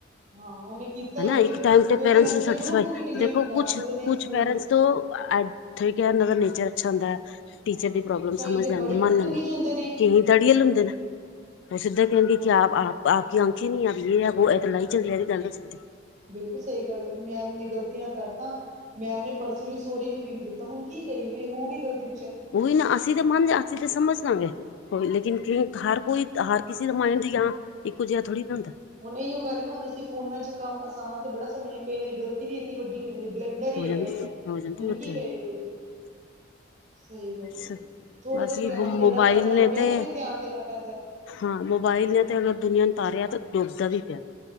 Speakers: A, on the right; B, on the left.
A: ਹਾਂ ਉਹਨੇ ਕੀਤਾ
B: ਹਨਾ
A: ਹੈ ਬਈ
B: ਇੱਕ ਟਾਈਮ ਤੇ
A: ਕਿਉਂਕਿ
B: ਪੇਰੈਂਟਸ
A: ਹੁਣ
B: ਨੂੰ ਸੈਟਿਸਫਾਏ
A: ਤੇ ਗਰੁੱਪ ਵੀ ਡਿਲੀਟ
B: ਦੇਖੋ
A: ਕਰਾ
B: ਕੁਛ,
A: ਦਿੱਤੇ ਦੇ ਨੇ
B: ਕੁਛ
A: ਸਕੂਲ
B: ਪੇਰੈਂਟਸ
A: ਦੇ
B: ਤੋਂ ਠੀਕ ਹੈ ਇਹਨਾਂ ਦਾ ਨੇਚਰ ਅੱਛਾ ਹੁੰਦਾ ਹੈ। ਟੀਚਰ
A: ਹਾਂ
B: ਦੀ ਪ੍ਰੋਬਲਮ
A: ਕਈ
B: ਸਮਝ
A: ਤੇ
B: ਲੈਣਗੇ
A: ਬੜੇ ਬਦਤਮੀਜ਼
B: ਮੰਨ ਲੈਨਗੇ
A: ਹੁੰਦੇ ਨੇ
B: ਕਈ ਅੜੀਅਲ ਹੁੰਦੇ ਨੇ ਉਹ ਸਿੱਧਾ ਕਹਿਣਗੇ
A: ਉਹ
B: ਕਿ
A: ਤੇ
B: ਆਪ ਆਪ ਆਪ ਕੀ ਆਂਖੇ ਨੀ ਆ ਵੀ ਇਹ ਆ ਇਹ ਤਾਂ ਲਾਈ ਚੱਲਿਆ ਇਹ ਦੀ ਗੱਲ ਜਾਂਦੀ
A: ਬਿਲਕੁਲ ਸਹੀ ਗੱਲ ਨਹੀਂ ਮੈਮ ਨੇ ਗਲਤੀ ਨਾ ਕਰਤਾ ਮੈਮ ਨੇ ਪਰਸਨਲੀ ਸੋਰੀ ਵੀ ਫੀਲ ਕੀਤਾ ਹੁਣ ਕੀ ਕਰੀਏ ਬਈ ਹੋਊਗੀ ਗਲਤੀ
B: ਉਹੀ ਨਾ ਅਸੀਂ ਤਾਂ ਮੰਨ ਲਿਆ ਅਸੀਂ ਤਾਂ ਸਮਝ ਲਵਾਂਗੇ ਕੋ ਲੇਕਿਨ ਹਰ ਕੋਈ ਹਰ ਕਿਸੇ ਦਾ ਮਾਇੰਡ ਜਾਂ ਇੱਕੋ ਜਿਹਾ ਥੋੜ੍ਹੀ ਨਾ ਹੁੰਦਾ
A: ਹੁਣ ਇਹੀ ਉਹ ਗੱਲ ਹੈ ਹੁਣ ਅਸੀਂ ਫੋਨਾ ਚ ਕੰਮ ਆਸਾਨ ਤੇ ਬੜਾ ਸਮਝ ਹਾਂ ਕਈ ਵਾਰੀ ਗਲਤੀ ਵੀ ਇੰਨੀ ਵੱਡੀ ਹੋ ਜਾਂਦੀ ਬਲੈਂਡਰ ਹੀ
B: ਹੋ
A: ਹੈਗਾ
B: ਜਾਂਦੀ
A: ਹੈ
B: ਹੋ ਜਾਂਦੀ
A: ਹੁਣ
B: ਉੱਥੇ
A: ਕੀ ਕਰੇ ਕੋਈ ਸਹੀ ਗੱਲ
B: ਬਸ
A: ਥੋੜਾ
B: ਬਸ
A: ਜਿਹਾ ਧਿਆਨ
B: ਇਹ
A: ਦੇਣਾ
B: ਮੋਬਾਇਲ
A: ਪੈਂਦਾ
B: ਨੇ
A: ਵੱਡਿਆਂ
B: ਤੇ
A: ਨੂੰ ਵੀ ਧਿਆਨ ਦੇਣਾ ਪੈਂਦਾ
B: ਹਾਂ ਮੋਬਾਇਲ ਨੇ ਤੇ ਅਗਰ ਦੁਨੀਆਂ ਨੂੰ ਤਾਰਿਆ ਤਾਂ ਡੁੱਬਦਾ ਵੀ ਪਿਆ